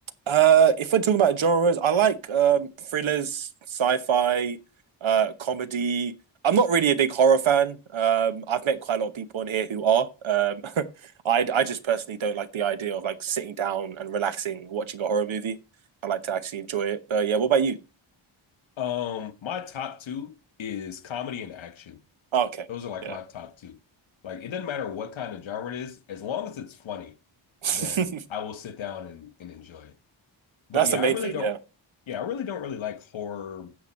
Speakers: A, on the right; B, on the left.
A: Uh, if we're talking about genres, I like um, thrillers, sci-fi, uh, comedy. I'm not really a big horror fan. Um, I've met quite a lot of people on here who are. Um, <laughs> I I just personally don't like the idea of like sitting down and relaxing watching a horror movie. I like to actually enjoy it. But yeah, what about you?
B: Um my top 2 is comedy and action.
A: Oh, Okay,
B: Those are like
A: yeah,
B: my top 2. Like it doesn't matter what kind of genre it is, as long as it's funny,
A: <laughs> that's
B: then I will sit down and, and enjoy it. But yeah,
A: the main
B: I really
A: thing.
B: don't
A: Yeah.
B: yeah, I really don't really like horror